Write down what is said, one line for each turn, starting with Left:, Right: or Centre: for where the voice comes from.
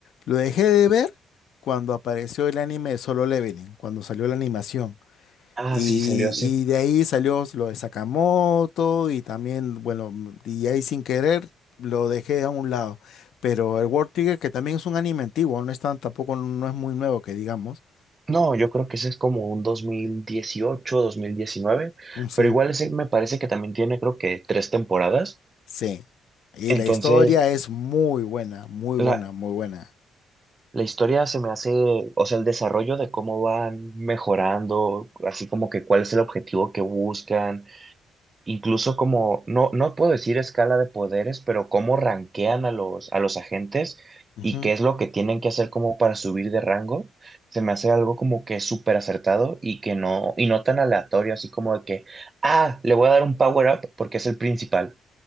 Left: lo dejé de ver cuando apareció el anime de Solo Leveling, cuando salió la animación.
Right: Ah,
Left: Y,
Right: sí, salió hace
Left: y de ahí salió lo de Sakamoto y también, bueno, m- y ahí sin querer lo dejé a un lado. Pero el World Trigger, que también es un anime antiguo, no es tan, tampoco no es muy nuevo que digamos.
Right: No, yo creo que ese es como un dos dos mil dieciocho dos mil diecinueve,
Left: Mm, Sí,
Right: pero igual ese me parece que también tiene creo que tres temporadas.
Left: sí. Y
Right: Entonces,
Left: la historia es muy buena, muy
Right: la,
Left: buena, muy buena.
Right: la historia se me hace, o sea, el desarrollo de cómo van mejorando, así como que cuál es el objetivo que buscan, incluso como, no, no puedo decir escala de poderes, pero cómo rankean a los, a los agentes
Left: Ujú,
Right: y qué es lo que tienen que hacer como para subir de rango, se me hace algo como que súper acertado y que no, y no tan aleatorio, así como de que, ah, le voy a dar un power up porque es el principal.